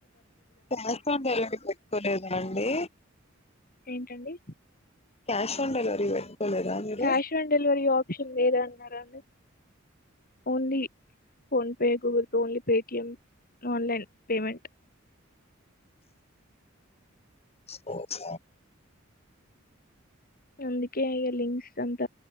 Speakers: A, on the left; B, on the left.
A: క్యాష్ ఆన్ డేలివరీ పెట్టుకోలేదా అండి.
B: ఏంటండి.
A: క్యాష్ అండ్ డెలివరీ పెట్టుకోలేదా మీరు
B: క్యాష్ ఆన్ డెలివరీ ఆప్షన్ లేదా అన్నారండి only PhonePe, Google pay, only Paytm, online payment
A: స
B: నంది ఏ లింక్స్ అంత